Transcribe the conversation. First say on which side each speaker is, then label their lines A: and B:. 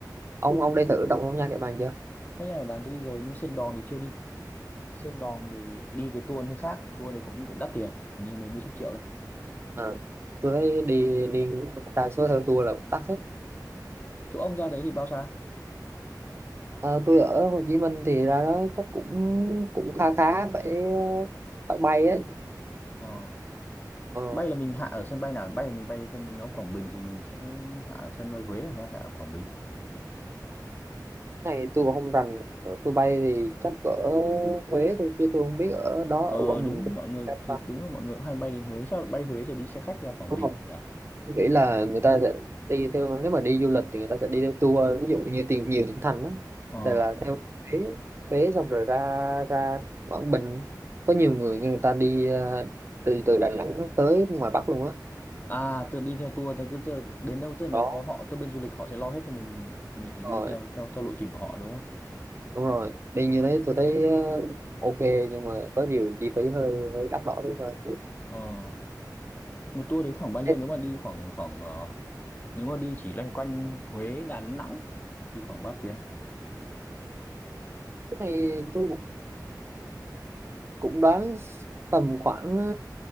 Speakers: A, on the right; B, on the left.
A: ông ông đi thử đọc không Nha Kẻ Bàng chưa
B: có nhà của bạn tôi đi rồi nhưng Sơn Đòn thì chưa đi Sơn Đòn thì đi cái tour hơi khác tour đấy cũng cũng đắt tiền hình như mấy mấy chục triệu đấy
A: Ờ, tôi thấy đi đi đa số theo tour là cũng tắc hết
B: chỗ ông ra đấy thì bao xa
A: Ờ, tôi ở Hồ Chí Minh thì ra đó chắc cũng cũng khá khá phải phải bay ấy
B: Ờ,
A: ờ,
B: bay là mình hạ ở sân bay nào bay là mình bay phân nó Quảng Bình thì mình sẽ hạ ở sân bay Huế hay hạ ở Quảng Bình
A: này tôi cũng không rành Rồi tôi bay thì chắc ở Huế thôi chứ tôi không biết ở đó
B: ờ
A: ở Quảng
B: đúng
A: Bình có
B: mọi người
A: bay
B: thì
A: không.
B: đúng là mọi người cũng hay bay đến Huế chắc là bay Huế rồi đi xe khách ra Quảng
A: đúng
B: Bình
A: không
B: nhỉ
A: tôi nghĩ là người ta sẽ đi theo nếu mà đi du lịch thì người ta sẽ đi theo tour ví dụ như tìm nhiều tỉnh thành đó
B: ờ
A: tại là theo Huế Huế xong rồi ra ra Quảng Bình có nhiều người người ta đi ờ, từ từ Đà Nẵng tới ngoài Bắc luôn á
B: à tôi đi theo tour tôi cứ tự- đến đâu tức là
A: đó
B: nó có họ tức bên du lịch họ sẽ lo hết cho mình mình chỉ
A: rồi
B: đi theo theo theo lộ trình của họ đúng không
A: đúng rồi đi như thế tôi thấy ờ, ok nhưng mà có điều chi phí hơi hơi đắt đỏ đúng thôi
B: ờ một tour đấy khoảng bao nhiêu
A: Thế
B: nếu mà đi khoảng khoảng ờ, nếu mà đi chỉ loanh quanh Huế Đà Nẵng thì khoảng bao tiền
A: cái này tôi cũng cũng đoán tầm khoảng ờ,